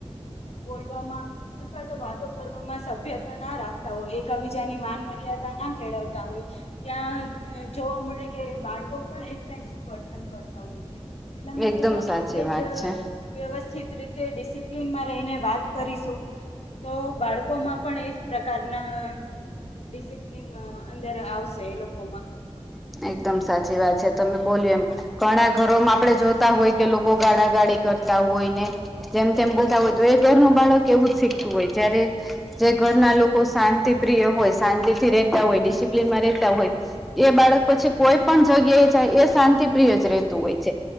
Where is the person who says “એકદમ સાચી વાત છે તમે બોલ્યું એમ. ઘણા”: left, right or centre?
Centre